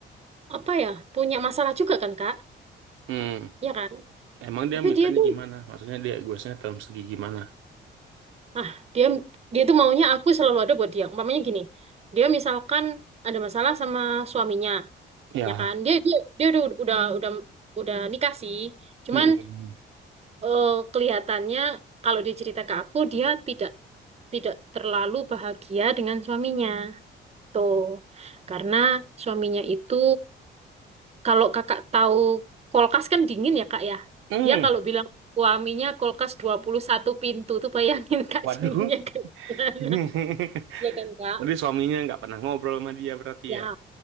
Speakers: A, on the right (about 30°); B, on the right (about 85°).
A: apa ya, punya masalah juga kan kak.
B: Hmm,
A: Iya kan?
B: emang dia
A: Tapi
B: mintanya
A: dia tuh,
B: gimana? Maksudnya dia egoisnya dalam segi gimana?
A: ah, dia dia tuh maunya aku selalu ada buat dia. Umpamanya gini, dia misalkan ada masalah sama suaminya,
B: Ya,
A: ya kan? Dia dia dia udah udah udah, udah nikah sih. Cuman
B: hmm. Hmm,
A: eh, kelihatannya kalau dia cerita ke aku, dia tidak tidak terlalu bahagia dengan suaminya. Tuh, karena suaminya itu Kalau kakak tahu kulkas kan dingin ya kak ya.
B: Hmm,
A: Dia kalau bilang suaminya kulkas 21 pintu tuh bayangin kak
B: waduh.
A: dinginnya kayak gimana.
B: <laughs>
A: Ya kan kak?
B: Jadi suaminya nggak pernah ngobrol sama dia berarti
A: Ya.
B: ya?